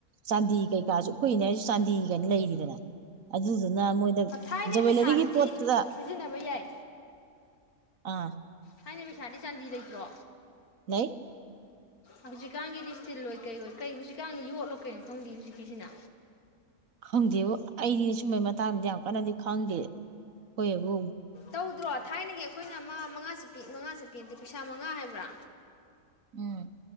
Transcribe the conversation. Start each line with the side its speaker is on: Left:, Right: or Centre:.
Right: ꯆꯥꯟꯗꯤ ꯀꯩꯀꯥꯁꯨ ꯑꯈꫭꯏ ꯏꯟꯗꯤꯌꯥꯏꯁꯨ ꯆꯥꯟꯗꯤ ꯀꯥꯏꯅ ꯂꯩꯔꯤꯗꯅ ꯑꯗꯨꯗꯨꯅ ꯃꯣꯏꯗ
Left: ꯊꯥꯏꯅꯩ
Right: ꯖꯨꯋꯦꯂꯔꯤꯒꯤ
Left: ꯄꯩꯁꯥꯗꯨꯗꯤ
Right: ꯄꯣꯠꯇꯨꯗ
Left: ꯁꯤꯖꯤꯟꯅꯕ ꯌꯥꯏ
Right: ꯑꯥ
Left: ꯊꯥꯏꯅ ꯄꯩꯁꯥꯗꯤ ꯆꯥꯟꯗꯤ ꯂꯩꯇ꯭ꯔꯣ
Right: ꯏꯍ
Left: ꯍꯧꯖꯤꯛꯀꯥꯟꯒꯤꯗꯤ ꯁꯇꯤꯜ ꯑꯣꯏ ꯀꯩ ꯑꯣꯏ ꯀꯩ ꯍꯧꯖꯤꯛꯀꯥꯟꯒꯤ ꯌꯣꯠꯂꯣ ꯀꯩꯅꯣ ꯈꯪꯗꯦ ꯍꯧꯖꯤꯛꯀꯤꯁꯤꯅ
Right: ꯈꯪꯗꯦꯕꯨ ꯑꯩꯗꯤ ꯁꯨꯝꯕꯩ ꯃꯇꯥꯡꯗꯤ ꯌꯥꯝ ꯀꯟꯅꯗꯤ ꯈꯪꯗꯦ ꯈꫭꯏꯑꯕꯨ
Left: ꯇꯧꯗ꯭ꯔꯣ ꯊꯥꯏꯅꯒꯤ ꯑꯩꯈꯣꯏꯅ ꯑꯃ ꯃꯉꯥ ꯆ ꯄꯤ ꯃꯉꯥ ꯆꯄꯤ ꯅꯠꯇꯦ ꯄꯩꯁꯥ ꯃꯉꯥ ꯍꯥꯏꯕ꯭ꯔꯥ
Right: ꯎꯝ